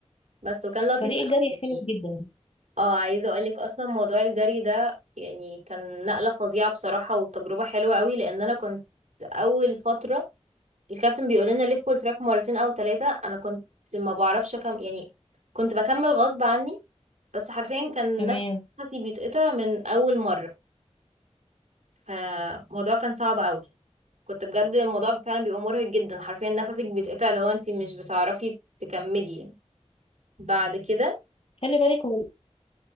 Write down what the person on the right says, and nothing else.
بس وكان لطيف
قوي
اه عايزه اقولك اصلا موضوع الجري ده يعني كان نقله فظيعه بصراحه وتجربه حلوه قوي لان انا كنت اول فتره الكابتن بيقول لنا لفوا التراك مرتين او ثلاثه انا كنت ما بعرفش كم يعني كنت بكمل غصب عني بس حرفيا كان
نفس نفسي بيتقطع من اول مره فالموضوع كان صعب قوي كنت بجد الموضوع فعلا بيبقى مرهق جدا حرفيا نفسك بيتقطع لو انت مش بتعرفي تكملي بعد كده